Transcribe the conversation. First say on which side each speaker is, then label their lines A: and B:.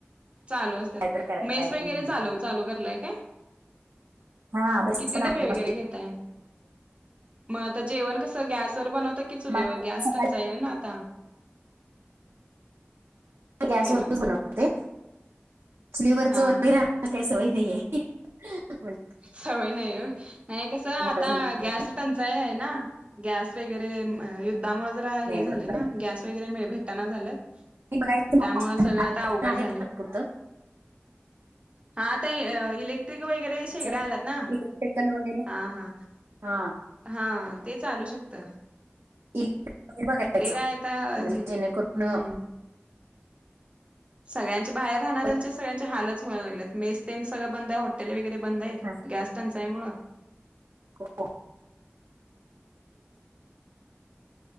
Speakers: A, on the right; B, on the right.
A: चालू असतात.
B: काहीतरी करायचं
A: मेस
B: आहे
A: वगैरे चालव चालू करलाय काय?
B: हा बेस
A: किती
B: पण आहे
A: डबे
B: माझी
A: वगैरे घेताय? मग आता जेवण कस गॅसवर बनवतं की चुलीवर?
B: माझं
A: गॅस
B: सकाळी
A: टंचाई आहे ना आता.
B: गॅस
A: हॅलो
B: वरच बनवते. चुलीवरच
A: हा
B: वगैरे
A: हा
B: मला काय सवय नाही आहे. म्हण
A: सवय नाही होय. नाही कस आता
B: मोठं झालं
A: गॅस टंचाई आहे ना. गॅस वगैरे युद्धामुळे जरा
B: नाही
A: हे झाले
B: बरोबर आहे.
A: ना. गॅस वगैरे मिळ भेटना झाल्यात.
B: हे बघायचं मग
A: त्यामुळे सगळं आता अवघड
B: आहे
A: झाले.
B: तात्पुरतं
A: हा आता इलेक्ट्रिक वगैरे. शेगड्या
B: इलेक्ट्रिक
A: आल्यात ना
B: वगैरे?
A: हा हा
B: हा.
A: हा, ते चालू शकत.
B: इलेक्ट्रिकल बघायचं
A: ते काय आता
B: म्हणजे
A: हे, हम्म.
B: जेणेकरून
A: सगळ्यांचे बाहेर राहणाऱ्यांचे
B: पण
A: सगळ्यांचे हालच व्हाय लागल्यात. मेस तेन सगळं बंद. हॉटेले वगैरे बंद आहेत
B: हा,
A: गॅस टंचाइ मूळ.
B: हो.